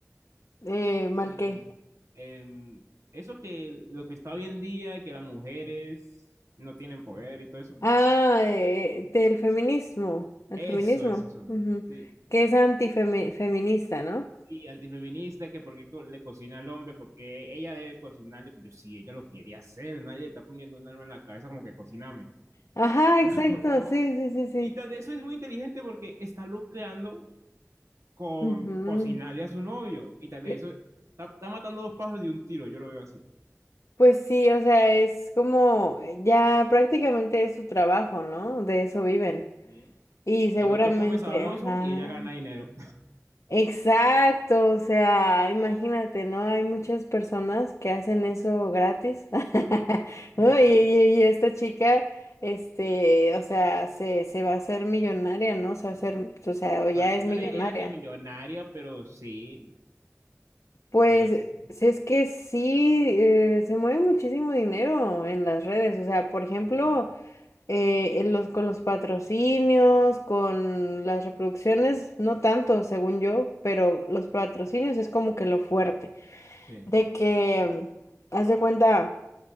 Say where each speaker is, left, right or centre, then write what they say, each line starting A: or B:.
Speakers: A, on the left (about 65°); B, on the right (about 65°).
A: eh, mal
B: Eh,
A: qué.
B: em, eso que lo que está hoy en día, que las mujeres no tienen poder y todo eso,
A: Ah, eh, del feminismo, el
B: eso,
A: feminismo,
B: eso son.
A: ujú,
B: Sí.
A: Que es antifeminista, ¿no?
B: Sí, antifeminista, que porque le cocina al hombre, porque ella debe cocinarle, pues yo sí, ella lo quiere hacer, nadie le está poniendo un alma en la cabeza como que cociname. <laughs>
A: Ajá, exacto,
B: No, no.
A: sí, sí, sí, sí.
B: Y tras de eso es muy inteligente porque está lucrando con
A: ujú.
B: cocinarle a su novio. Y tras de
A: Eh,
B: eso está, está matando dos pájaros de un tiro, yo lo veo así.
A: Pues sí, o sea, es como eh, ya prácticamente es su trabajo, ¿no? De eso viven.
B: Sí,
A: Y seguramente,
B: El otro come sabroso
A: ajá,
B: y ella gana dinero.
A: Exacto, o sea, imagínate, ¿no? Hay muchas personas que hacen eso gratis, <laughs>
B: sí,
A: ¿no?
B: <laughs>
A: Y, y- y esta chica, este, o sea, se, se va a hacer millonaria, ¿no? Se va a hacer, o sea, o ya
B: Vale,
A: es
B: yo
A: millonaria.
B: le diría que millonaria, pero sí,
A: Pues,
B: pero sí,
A: si es que sí, eh, se mueve muchísimo dinero en las redes, o sea, por ejemplo,
B: exactamente.
A: eh, en los, con los patrocinios, con las reproducciones, no tanto, según yo, pero los patrocinios es como que lo fuerte.
B: Sí,
A: de que, haz de cuenta,